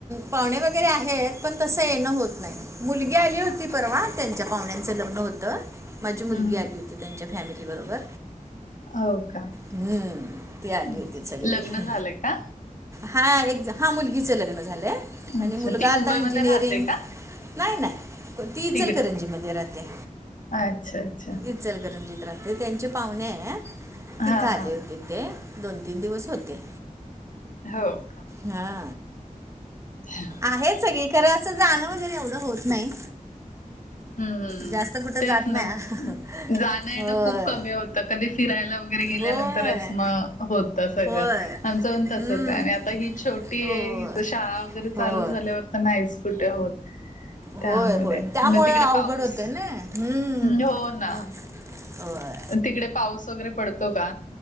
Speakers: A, on the right (about 20°); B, on the left (about 65°).
A: पाहणे वगैरे आहेत पण तसं येणं होत नाही. मुलगी आली होती परवा त्यांच्या पाहुण्यांचं लग्न होतं माझी मुलगी
B: हम्म
A: आली होती. त्यांच्या फॅमिली बरोबर.
B: हो का.
A: हम्म ती आली
B: अच्छा.
A: होती सगळी.
B: लग्न झालंय का?
A: हा एक हा मुलगीच लग्न झालंय आणि
B: अच्छा
A: मुलगा
B: ती
A: आता
B: मुंबईमध्ये
A: इंजिनिअरिंग.
B: राहते का?
A: नाही नाही ती इचलकरंजी
B: तिकडेच
A: मध्ये राहते.
B: अच्छा अच्छा
A: इचलकरंजीत राहते त्यांचे पाहुणे तिथे
B: हा
A: आले
B: हा
A: होती. ते दोन तीन दिवस होते.
B: हो का
A: हा
B: हम
A: आहेत सगळी खर असं जाणं वगैरे एवढं होत नाही.
B: हम्मम
A: जास्त कुठं
B: तेच
A: जात
B: ना
A: नाही
B: जाणं येण
A: होय
B: खूप कमी होत. आता कधी फिरायला वगैरे गेल्यानंतरच
A: होय
B: मग होत सगळं
A: होय
B: आमचं पण तसच
A: हम्म
B: आहे आणि आताही छोटी
A: हो
B: आहे हिच शाळा वगैरे
A: होय
B: चालू झाल्यावर तर नाहीच कुठे होत. त्यामुळे
A: होय होय त्यामुळ
B: मग तिकडे
A: अवघड
B: पाऊस
A: होते ना हम्म
B: हो ना
A: मग होय.
B: तिकडे पाऊस वगैरे पडतो का